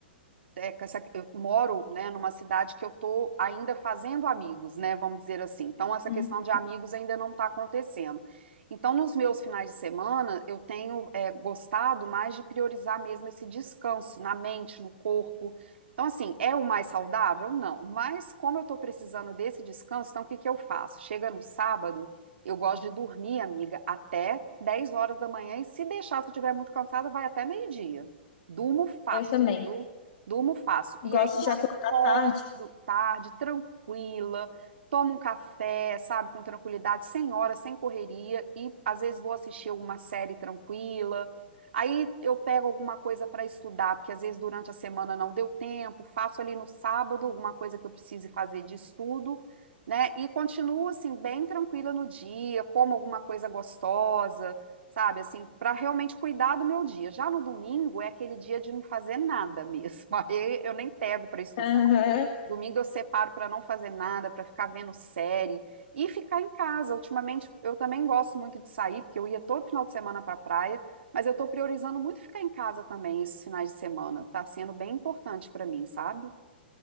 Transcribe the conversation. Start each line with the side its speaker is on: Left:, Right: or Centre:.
Right: é, com essa- eu moro, né, numa cidade que eu tô ainda fazendo amigos, né? Vamos dizer assim. Então essa
Left: Uhum,
Right: questão de amigos ainda não está acontecendo. Então nos meus finais de semana eu tenho é, gostado mais de priorizar mesmo esse descanso na mente, no corpo. Então assim é o mais saudável? Não. Mas como eu estou precisando desse descanso, então o que que eu faço? Chega no sábado eu gosto de dormir, amiga, até 10 horas da manhã e se deixar, se eu estiver muito cansada, vai até meio-dia. Durmo fácil,
Left: eu também.
Right: viu? Durmo fácil.
Left: Gosto
Right: E aí eu
Left: de acordar
Right: acordo
Left: tarde.
Right: tarde, tranquila, tomo um café, sabe, com tranquilidade, sem hora, sem correria e às vezes vou assistir alguma série tranquila. Aí eu pego alguma coisa para estudar, porque às vezes durante a semana não deu tempo, faço ali no sábado alguma coisa que eu precise fazer de estudo né? E continuo assim bem tranquila no dia, como alguma coisa gostosa, sabe? Assim, para realmente cuidar do meu dia. Já no domingo é aquele dia de não fazer nada mesmo. <laughs> Aí eu nem pego para estudar.
Left: <laughs> Aham.
Right: Domingo eu separo para não fazer nada, para ficar vendo série e ficar em casa. Ultimamente eu também gosto muito de sair, porque eu ia todo final de semana para praia, mas eu tô priorizando muito ficar em casa também esses finais de semana. Tá sendo bem importante para mim, sabe?